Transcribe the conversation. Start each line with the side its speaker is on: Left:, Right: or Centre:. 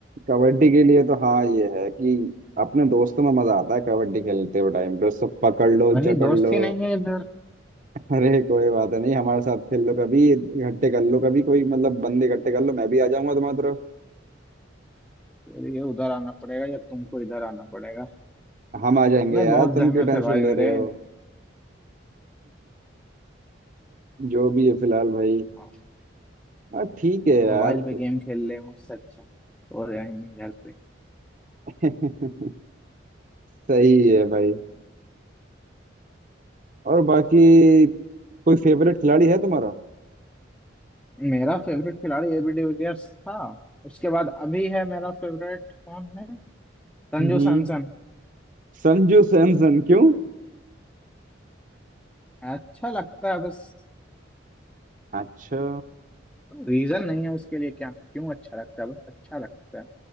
Right: कबड्डी के लिए तो हाँ ये है कि अपने दोस्तों में मजा आता है कबड्डी खेलते हुए टाइम पे उसको पकड़ लो
Centre: वही
Right: जकड़
Centre: दोस्त
Right: लो
Centre: ही नहीं है इधर
Right: अरे कोई बात नहीं हमारे साथ खेल लो कभी इकट्ठे कर लो कभी कोई मतलब बंदे इकट्ठे कर लो मैं भी आ जाऊंगा तुम्हारी तरफ
Centre: फिर ये उधर आना पड़ेगा या तुमको इधर आना पड़ेगा
Right: हम आ जाएंगे
Centre: इसमें
Right: यार
Centre: बहुत
Right: तुम
Centre: जहमत
Right: क्यों टेंशन
Centre: है भाई
Right: ले
Centre: मेरे
Right: रहे हो जो भी है फिलहाल भाई
Centre: हाँ,
Right: हाँ ठीक है यार
Centre: मोबाइल पे गेम खेल ले हूँ उससे अच्छा हो जाएंगे घर पे
Right: <laughs> सही है भाई और बाकी कोई फेवरेट खिलाड़ी है तुम्हारा
Centre: मेरा फेवरेट खिलाड़ी एबी डिविलियर्स था उसके बाद अभी है मेरा फेवरेट कौन है संजू
Right: हम्म
Centre: सैमसन
Right: संजू सैमसन क्यों
Centre: अच्छा लगता है बस
Right: अच्छा
Centre: रीजन नहीं है उसके लिए क्या क्यों अच्छा लगता है बस अच्छा लगता है